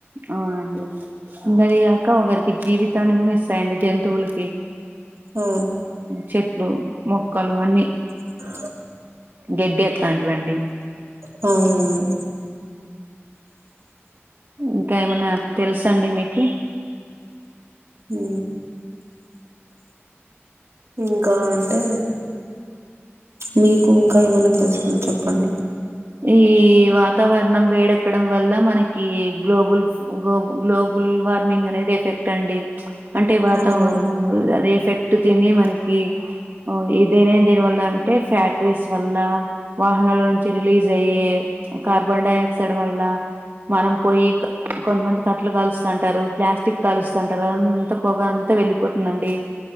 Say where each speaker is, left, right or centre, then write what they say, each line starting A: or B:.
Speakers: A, on the right; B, on the right.
A: అవునండి ఇంగ అది గాక ఒకరికి జీవితాన్ని కూడా ఇస్తాయండి జంతువులకి
B: ఉ
A: చెట్లు మొక్కలు అన్నీ
B: ఆ
A: గడ్డి అట్లాంటివండి
B: అవును
A: ఇంకా ఏమన్న తెలుస అండి మీకి
B: ఉ ఇంకా అంటే మీకు ఇంకా ఏమన్నా తెలుసేమో చెప్పండి
A: ఈ వాతావరణం వేడక్కడం వల్ల మనకి గ్లోబుల్స్ గో గ్లోబల్ వార్మింగ్ అనేది ఎఫెక్ట్ అండి అంటే వాతావరం
B: అవునవును
A: అదే ఎఫెక్ట్ తిని మనకి ఇదే దేనివల్ల అంటే ఫ్యాక్టరీస్ వల్ల వాహనాల నుంచి రిలీజ్ అయ్యే కార్బన్ డైఆక్సైడ్ వల్ల మనం పోయి కొంతమంది కట్టలు కాలుస్తుంటారు ప్లాస్టిక్ కాలుస్తుంటారు అదంతా పొగ అంతా వెళ్ పోతుందండి